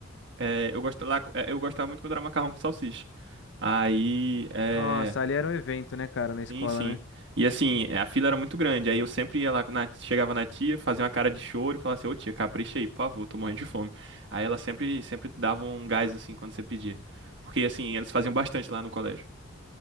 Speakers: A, on the right (about 65°); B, on the left (about 65°).
A: é, eu gostava lá, é, eu gostava muito quando era macarrão com salsicha. Aí, é,
B: Nossa, ali era um evento, né, cara, na escola,
A: Sim, sim.
B: né?
A: E assim, a fila era muito grande. Aí eu sempre ia lá, na- chegava na tia, fazia uma cara de choro e falava assim, ô tia, capricha aí, por favor, tô morrendo de fome. Aí ela sempre, sempre dava um gás assim quando você pedia. Porque assim, eles faziam bastante lá no colégio.